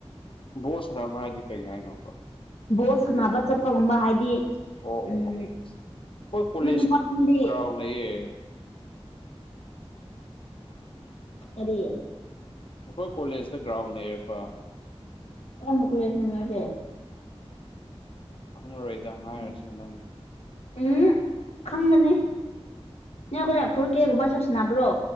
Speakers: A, on the left; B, on the left.
A: ꯕꯣꯜ ꯁꯥꯟꯅꯕꯥ ꯍꯥꯏꯗꯤ ꯀꯔꯤ ꯍꯥꯏꯅꯣꯕ
B: ꯕꯣꯜ ꯁꯥꯟꯅꯕ ꯆꯠꯄꯒꯨꯝꯕ ꯍꯥꯏꯗꯤ
A: ꯑꯣ
B: ꯎꯝ
A: ꯑꯣ ꯑꯣ ꯑꯩꯈꯣꯏ ꯀꯣꯂꯦꯖꯀꯤ
B: ꯅꯣꯏ ꯅꯨꯄꯥꯁꯤꯡꯗꯤ
A: ꯒ꯭ꯔꯥꯎꯟ ꯂꯩꯌꯦ
B: ꯀꯔꯤ
A: ꯑꯩꯈꯣꯏ ꯀꯣꯂꯦꯖꯇ ꯒ꯭ꯔꯥꯎꯟ ꯂꯩꯔꯦꯕ
B: ꯀꯔꯝꯕꯥ ꯀꯣꯂꯦꯖ ꯅꯣ ꯅꯣꯢꯗꯤ
A: ꯈꯪꯉꯔꯣꯏꯗ ꯍꯥꯏꯔꯁꯨ ꯅꯪꯅ
B: ꯎꯝ ꯈꯪꯒꯅꯤ ꯅꯪ ꯀꯨꯀꯦ <inaudible> ꯒꯨꯝꯕ ꯆꯠꯁꯤꯟꯅꯕ꯭ꯔꯣ